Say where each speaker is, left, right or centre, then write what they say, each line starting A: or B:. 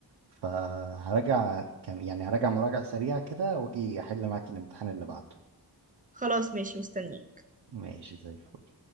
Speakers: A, on the right; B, on the right.
A: فهراجع كم يعني هراجع مراجعة سريعة كده واجي احل معاك الامتحان اللي بعده
B: خلاص ماشي مستنية
A: ماشي زي الفل